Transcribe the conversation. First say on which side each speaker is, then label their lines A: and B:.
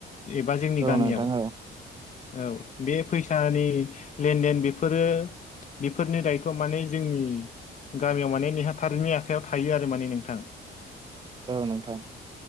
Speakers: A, on the left; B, on the right.
A: एबा जोंनि
B: औ
A: गामियाव
B: नोंथां औ
A: औ बे फैसानि लेनदेन बेफोरो बेफोरनि दायथ' माने जोंनि गामियाव माने नेहाथारिनि आखाइायाव थायो आरो माने नोंथां।
B: औ नथां